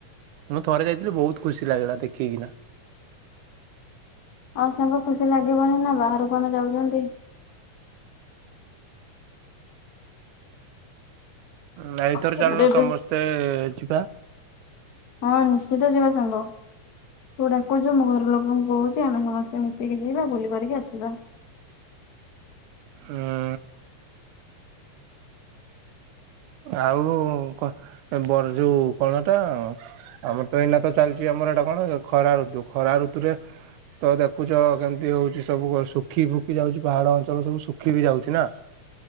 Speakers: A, on the right (about 80°); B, on the left (about 60°).
A: ମୁଁ ଥରେ ଯାଇଥିଲି ବହୁତ ଖୁସି ଲାଗିଲା ଦେଖିକିନା।
B: ଆଉ ସାଙ୍ଗ ଖୁସି ଲାଗିବନି ନା ବାହହାରକୁ ଆମେ ଯାଉଛନ୍ତି।
A: ନା ଏଥର
B: ତାପରେ
A: ଚାଲନୁ
B: ଏବେ
A: ସମସ୍ତେ ଯିବା।
B: ହଁ ନିଶ୍ଚିତ ଯିବା ସାଙ୍ଗ। ତୁ ଡାକୁଛୁ ମୁଁ ଘର ଲୋକଙ୍କୁ କହୁଛି ଆମେ ସମସ୍ତେ ମିଶିକି ଯିବା ବୁଲି କରିକି ଆସିବା।
A: ହୁଁ। ଆଉ କଣ ବର ଯୋଉ କଣ ଟା ଆଉ। ଆମର ତ ଏଇନା ତ ଚାଲିଛି ଆମର ଏଟା କଣ ଖରା ଋତୁ ଖରା ଋତୁରେ ତ ଦେଖୁଛ କେମିତି ହଉଛି ସବୁ ଶୁଖି ଫୁଖି ଯାଉଛି ପାହାଡ ଅଞ୍ଚଳ ସବୁ ଶୁଖି ବି ଯାଉଛି ନା।